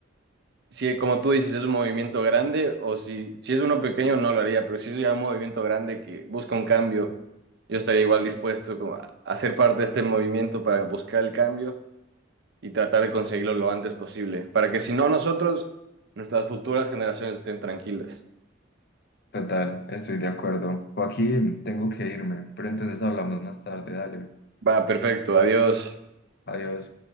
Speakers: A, on the right; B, on the left.
A: si, como tú dices, es un movimiento grande o si, si es uno pequeño, no lo haría, pero si es ya un movimiento grande que busca un cambio, yo estaría igual dispuesto como a, a ser parte de este movimiento para buscar el cambio y tratar de conseguirlo lo antes posible, para que si no nosotros, nuestras futuras generaciones estén tranquilas.
B: Total, estoy de acuerdo. Joaquín, tengo que irme, pero entonces hablamos más tarde, dale.
A: Va perfecto, adiós.
B: Adiós.